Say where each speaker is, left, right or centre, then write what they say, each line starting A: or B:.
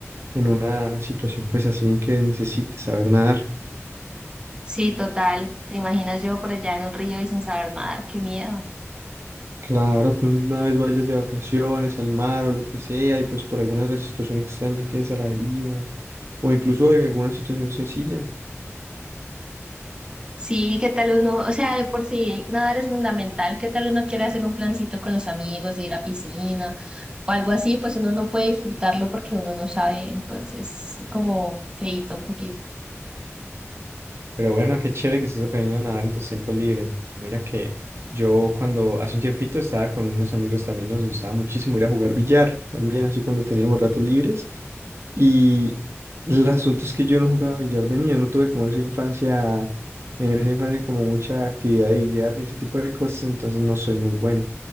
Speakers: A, on the right; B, on the right.
A: en una situación pues así en que necesite saber nadar.
B: Sí, total. ¿Te imaginas yo por allá en un río y sin saber nadar? Qué miedo.
A: Claro, que una vez vayas de vacaciones al mar o lo que sea, y pues por alguna situación extraña quedes a la deriva, o incluso en alguna situación sencilla.
B: Sí, ¿qué tal uno? O sea, de por sí nadar es fundamental. ¿Qué tal uno quiere hacer un plancito con los amigos, de ir a piscina o algo así? Pues uno no puede disfrutarlo porque uno no sabe. Entonces, como feíto un poquito.
A: Pero bueno, qué chévere que estés aprendiendo a nadar en tus tiempos libres. Mira que yo cuando hace un tiempito estaba con unos amigos también nos gustaba muchísimo ir a jugar billar, también así cuando teníamos ratos libres. Y el asunto es que yo no jugaba billar de niño, no tuve como esa infancia, en esa infancia como mucha actividad de billar ni ese tipo de cosas, entonces no soy muy bueno.